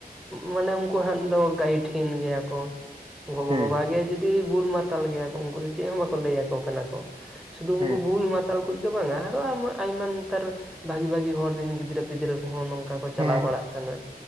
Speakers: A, in the centre; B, on the right (about 35°).
A: ᱢᱟᱱᱮ ᱩᱝᱠᱳ ᱦᱟᱸᱜ ᱫᱚ ᱜᱟᱹᱭᱤᱴᱷᱦᱤᱱ ᱜᱮᱭᱟ ᱠᱚ ᱾ ᱜᱚᱜᱚ
B: ᱦᱮᱸ
A: ᱵᱟᱵᱟ
B: ᱦᱮᱸ
A: ᱜᱮ ᱡᱩᱫᱤ ᱵᱩᱞ ᱢᱟᱛᱟᱞ ᱜᱮᱭᱟ ᱠᱚ ᱩᱝᱠᱩ ᱫᱚ ᱪᱮᱜ ᱦᱚᱸ ᱵᱟᱠᱚ ᱞᱟᱹᱭᱟ ᱠᱚ ᱠᱟᱱᱟ ᱠᱚ ᱾ ᱥᱩᱫᱷᱩ ᱩᱝᱠᱩ
B: ᱦᱮᱸ
A: ᱵᱩᱞ ᱢᱟᱛᱟᱞ ᱠᱩᱡ ᱫᱚ ᱵᱟᱝᱟ ᱟᱨᱚ ᱟᱢᱟ ᱟᱭᱢᱟ ᱱᱮᱛᱟᱨ ᱵᱷᱟᱹᱜᱤ ᱵᱷᱟᱹᱜᱤ ᱦᱚᱲ ᱨᱤᱱ ᱜᱤᱫᱽᱨᱟᱹ ᱯᱤᱫᱽᱨᱟᱹ ᱠᱚᱦᱚᱸ ᱱᱚᱝᱠᱟ ᱠᱚ ᱪᱟᱞᱟᱣ
B: ᱦᱮᱸ
A: ᱵᱟᱲᱟᱜ ᱠᱟᱱᱟ᱾